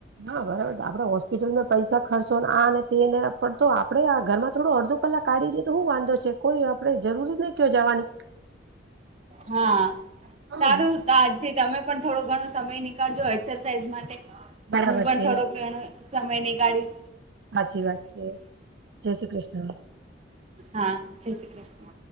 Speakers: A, on the right; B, on the right.
A: હા, બરાબર આપડે હોસ્પિટલમાં પૈસા ખર્ચોને આ નથી, - તેને પણ તો આપડે આ ઘરમાં થોડો અડધો કલાક કાઢી દેએ તો હું વાંધો છે? કોઈ- આપણે જરૂર જ નહી, કયો જવાની.
B: હા,
A: હમ
B: સારું- તો, આજથી તમે પણ થોડો ઘણો સમય નીકળજો એક્સરસાઇઝ માટે,
A: બરાબર
B: હું પણ
A: છે
B: થોડોક ઘણો- -સમય નીકળીશ.
A: હાચી વાત છે, જય શ્રી કૃષ્ણ.
B: હા, જય શ્રી કૃષ્ણ.